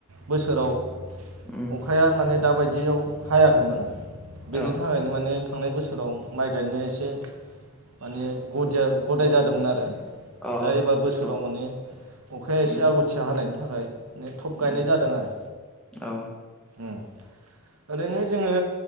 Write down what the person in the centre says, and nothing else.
उम
औ
अ
औ
उम
उम
औ